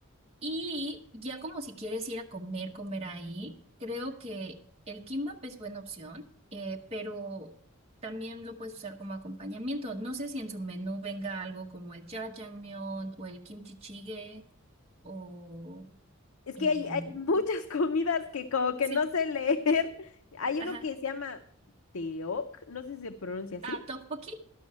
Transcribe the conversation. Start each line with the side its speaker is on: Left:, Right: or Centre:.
Right: Y ya como si quieres ir a comer, comer ahí, creo que el kimbap es buena opción, eh, pero también lo puedes usar como acompañamiento. No sé si en su menú venga algo como el jajangmyeon o el kimchi jjigae o
Left: Es
Right: em,
Left: que hay, hay muchas <laughs> comidas que como que
Right: sí,
Left: no sé leer. <laughs> Hay
Right: ajá,
Left: uno que se llama teoc, no sé si se pronuncia así.
Right: ah, tteokbokki.